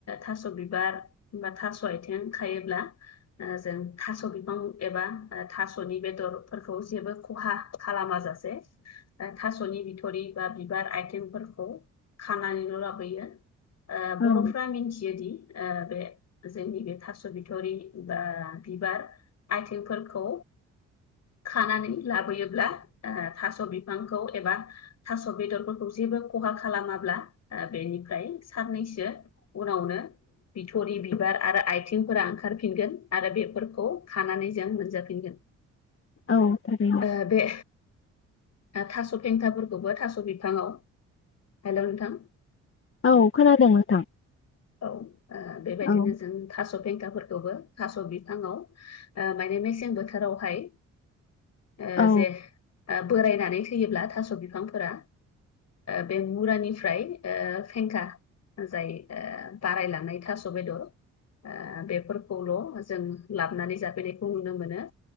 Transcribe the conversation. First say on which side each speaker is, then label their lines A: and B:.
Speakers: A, on the left; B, on the left.
A: थास' बिबार बा थास' आथिं खायोब्ला जों थास' बिफां एबा थास'नि बेदरफोरखौ जेबो खहा खालामाजासे थास'नि बिथ'रि बा बिबार आइटेमफोरखौ खानानैल' लाबोयो ओ
B: औ
A: बर'फ्रा मिथियोदि बे जोंनि बे थास' बिथरि ओ बिबार आइथिंफोरखौ खानानै लाबोयोब्ला थास' बिफांखौ एबा थास' बेदरफोरखौ जेबो खहा खालामाब्ला बेनिफ्राय साननैसो उनावनो बिथरि बिबार आरो आथिंफोरा ओंखारफि फिनगोन आरो बेफोरखौ खानानै जों मोनजाफिनगोन।
B: औ थारैनो
A: ओ बे थास' फेंखाफोरखौबो थास' बिफाङाव। हेल' नोंथां <inaudible>
B: औ खोनादों नोंथां
A: औ बेबायदिनो
B: औ
A: जों थास' बेेंखाफोरखौबो थास' बिफाङाव माने मेसें बोथोरावहाय ओ
B: औ
A: जे बोरायनानै थैयोब्ला थास' बिफांफोरा। बे मुरानिफ्राय ओ फेंखा जाय बारायलांनाय थास' बेदर आ बेफोर खौल' जों लाबोनानै जाफैनायखौ नुनो मोनो।